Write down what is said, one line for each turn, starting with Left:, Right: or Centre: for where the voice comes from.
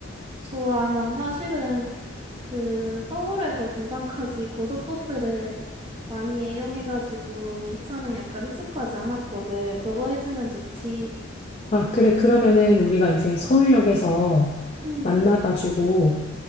Right: 좋아. 난 사실은 그 서울에서 부산까지 <laughs> 고속버스를 많이 애용해가지고 기차는 약간 익숙하지 않았거든. 너가 해주면 좋지.
Left: 아, 그래. 그러면은 우리가 이제 서울역에서
Right: 응,
Left: 만나가지고